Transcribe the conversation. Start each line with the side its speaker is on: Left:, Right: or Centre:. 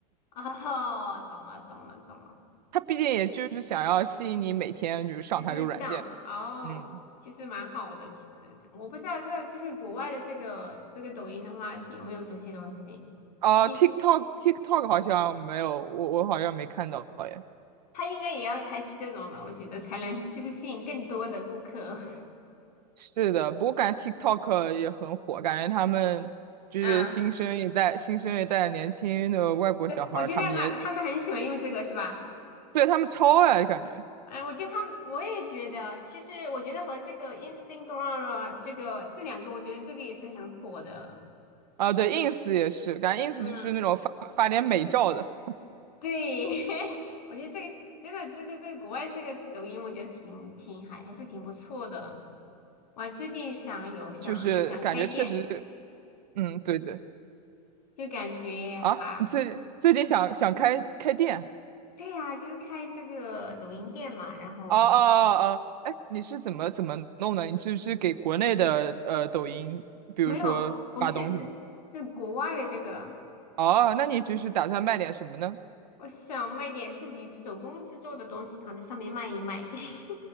Left: 哦，懂了懂了懂了。
Right: 他毕竟也就是想要吸引你每天就是上他这个软件，
Left: 就是像哦，
Right: 嗯，
Left: 其实蛮好的。其实我不知道这就是国外的这个这个抖音的话有没有这些东西，
Right: 啊
Left: 你
Right: t i k t o k TikTok 好像没有，我我好像没看到耶。
Left: 他应该也要采取这种吧，我觉得才能就是吸引更多的顾客。<laughs>
Right: 是的，不过感觉 TikTok 也很火，感觉他们就是新生一代、
Left: 嗯，
Right: 新生一代年轻的外国小孩儿他们也
Left: 对，我觉得蛮他们很喜欢用这个是吧？
Right: 对他们超爱，感觉。
Left: 哎，我觉得他们我也觉得，其实我觉得和这个 Instagram 啊，这个这两个，我觉得这个也是很火的。
Right: 啊，对，ins 也是，感觉 ins
Left: 嗯。
Right: 就是那种发发点美照的，
Left: 对，<laughs> 我觉得这个真的，这个在国外这个抖音，我觉得挺挺还还是挺不错的。我最近想有想有想开店，
Right: 就是感觉确实，嗯，对对。
Left: 就感觉哈，
Right: 啊，你最最近想想开开店？
Left: 对呀、就是开这个抖音店嘛。然后
Right: 哦哦哦哦，哎，你是怎么怎么弄的？你是是给国内的呃抖音，比如说发东西吗？
Left: 没有，不是是是国外的这个，
Right: 哦，那你就是打算卖点什么呢？
Left: 我想卖点自己手工制作的东西，然后在上面卖一卖。<laughs>